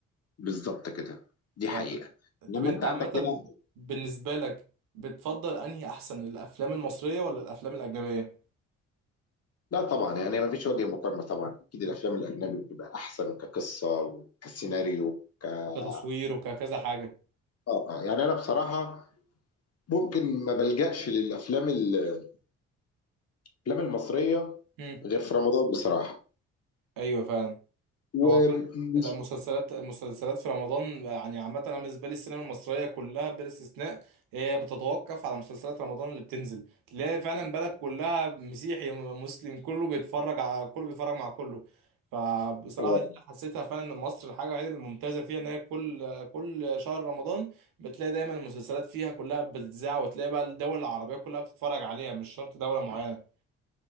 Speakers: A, on the left; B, on the right.
A: بالظبط كده دي
B: فب...
A: حقيقه انما
B: طب انت
A: انت عندك
B: عامة
A: هنا
B: بالنسبة لك بتفضل انهي احسن الافلام المصرية ولا الافلام الاجنبية
A: لا طبعا يعني ما فيش وجه مقارنة طبعا أكيد الأفلام الأجنبي بتبقى أحسن كقصة وكسيناريو ك آه
B: كتصوير وككذا حاجة
A: آه. يعني أنا بصراحة ممكن ما بلجأش للأفلام ال- الأفلام المصرية
B: مم.
A: غير في رمضان بصراحة
B: ايوه فعلا
A: ومش
B: هو فعلا المسلسلات المسلسلات في رمضان يعني عامة أنا بالنسبة لي السينما المصرية كلها بلا استثناء هي بتتوقف على مسلسلات رمضان اللي بتنزل تلاقي فعلا بلد كلها مسيحي مسلم كله بيتفرج على كله بيتفرج مع كله فبصراحة
A: آه.
B: دي اللي حسيتها فعلا إن مصر الحاجة الوحيدة الممتازة فيها إن هي كل كل شهر رمضان بتلاقي دايما المسلسلات فيها كلها بتتذاع وتلاقي بقى الدول العربية كلها بتتفرج عليها مش شرط دولة معينة